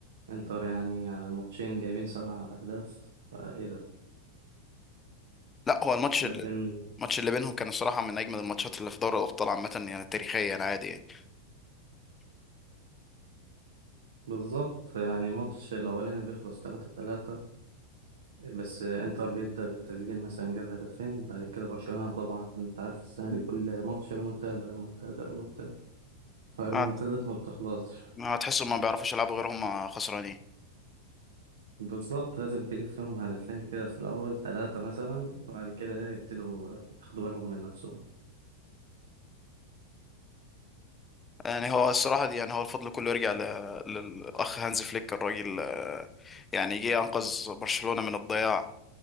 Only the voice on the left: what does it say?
لا هو الماتش
ال- الماتش اللي بينهم كان الصراحه من اجمل الماتشات اللي في دوري الابطال عامه يعني تاريخيا عادي يعني
<clears throat>
هتحسوا ما بيعرفوش يلعبوا غير هم خسرانين
يعني هو الصراحة دي يعني هو الفضل كله يرجع ل... للأخ هانز فليك الراجل آه، يعني جه أنقذ برشلونة من الضياع